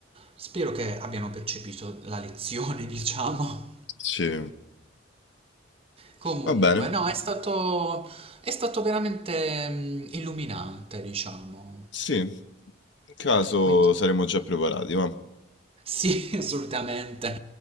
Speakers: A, on the right; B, on the left.
A: spero che abbiano percepito la lezione, <laughs> diciamo.
B: Sì,
A: Comunque,
B: va bene,
A: no, è stato, è stato veramente mm, illuminante, diciamo.
B: sì, in caso
A: Quindi,
B: saremo già preparati, va,
A: sì, <laughs> assolutamente.